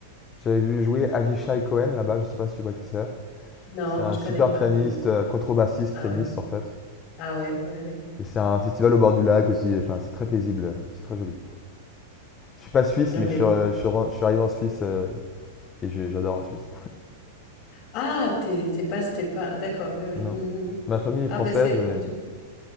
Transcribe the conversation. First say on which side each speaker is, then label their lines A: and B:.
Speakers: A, on the left; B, on the left.
A: J'avais vu jouer Avishai Cohen là-bas, je sais pas si tu vois qui c'est.
B: Non,
A: C'est un
B: je connais
A: super
B: pas.
A: pianiste,
B: non, non.
A: euh, contrebassiste,
B: Ah
A: pianiste
B: ouais,
A: en fait.
B: ah ouais, ouais, ouais.
A: Et c'est un festival au bord du lac aussi, enfin c'est très paisible, euh, c'est très joli. Je suis pas suisse,
B: Non,
A: mais
B: mais-
A: je suis, euh, je suis, je suis arrivé en Suisse euh, et j'adore la Suisse.
B: Ah, t'es t'es pas, t'es pas. ah, D'accord, oui, oui.
A: Non.
B: Mhm, mhm.
A: Ma famille est
B: Ah
A: française
B: ben c'est
A: et...
B: en tout